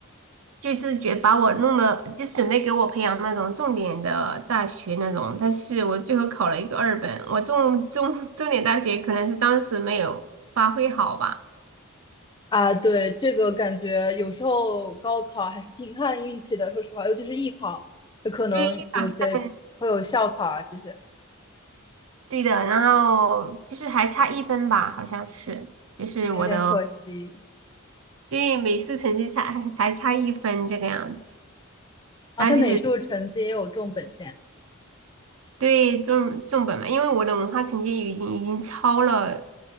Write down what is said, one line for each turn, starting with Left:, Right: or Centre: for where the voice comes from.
Right: 就是觉得把我弄的，就是准备给我培养那种重点的大学那种，但是我最后考了一个二本，我重重重点大学可能是当时没有发挥好吧，
Left: 啊，对，这个感觉有时候高考还是挺看运气的，说实话，尤其是艺考，有可能有些会有校考啊这些，
Right: 对，以一考证对的，然后就是还差一分吧，好像是，就是我的
Left: 有点可惜。
Right: 对美术成绩差还还差一分这个样子，
Left: 啊，
Right: 然后就是
Left: 他美术成绩也有重本线，
Right: 对重重本嘛，因为我的文化成绩已经已经超了，